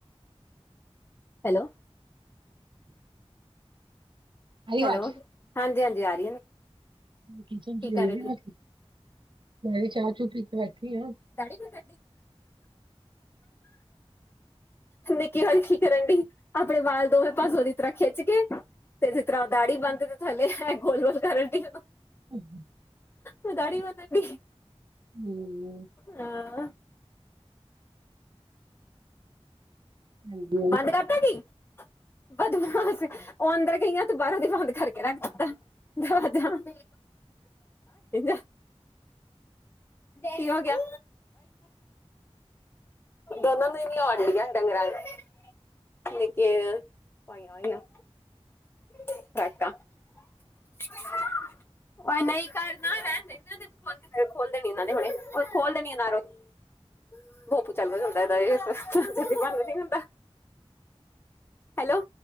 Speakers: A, on the left; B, on the right.
A: ਹੈਲੋ,
B: ਆਈ ਆਵਾਜ਼
A: ਹੈਲੋ, ਹਾਂਜੀ-ਹਾਂਜੀ ਆ ਰੀ ਏ ਨਾ।
B: ਕਿਚਨ
A: ਕੀ
B: ਚ
A: ਕਰ
B: ਦੇਖਦੀ
A: ਰਹੇ ਤੁਸੀਂ
B: ਆ ਬਾਕੀ, ਮੈਂ ਵੀ ਚਾਹ-ਚੂ ਪੀ ਕੇ ਬੈਠੀ ਆਂ।
A: <inaudible> ਨਿੱਕੀ ਹੋਰ ਕੀ ਕਰਨ ਡਈ, ਆਪਣੇ ਵਾਲ ਦੋਵੇਂ ਪਾਸੋਂ ਦੀ ਤਰ੍ਹਾਂ ਖਿੱਚ ਕੇ ਤੇ ਜਿਸ ਤਰ੍ਹਾਂ ਦਾੜੀ <unintelligible> ਥੱਲੇ ਐ ਗੋਲ-ਗੋਲ ਕਰਨ ਡੀ ਆਂ।
B: ਹੂੰ।
A: ਮੈਂ ਦਾੜ੍ਹੀ ਬਨਣ ਡੀ
B: ਹੂੰ।
A: ਹਾਂ।
B: ਹਾਂਜੀ
A: ਬੰਦ ਕਰਤਾ ਕੀ? ਬਦਮਾਸ, ਉਹ ਅੰਦਰ ਗਈਆਂ ਤੇ ਬਾਹਰੋਂ ਦੀ ਬੰਦ ਕਰਕੇ ਰੱਖ ਦਿੱਤਾ, ਦਰਵਾਜ਼ਾ। <unintelligible> ਕੀ ਹੋ ਗਿਆ? ਦੋਨੋ ਦਿਨ ਆਉਣ ਡਈਆ, ਡੰਗਰਾਂ <inaudible> ਨਿੱਕੇ ਜਿਹੀਆਂ ਪਾਈਆ ਹੋਈਆਂ ਫਰਾਕਾ। <unintelligible> ਓ ਨਈਂ ਕਰਨਾ ਰਹਿੰਦੇ, ਰਹਿਣਦੇ ਪੁੱਤ ਖੋਲ ਦੇਣੀ ਇਹਨਾਂ ਨੇ ਹੁਣੇ, ਉਹ ਖੋਲ ਦੇਣੀ ਨਾਂ ਰੋ ਤੂੰ। <unintelligible> ਮਨ ਵੀ ਨੀ ਹੁੰਦਾ। ਹੈਲੋ।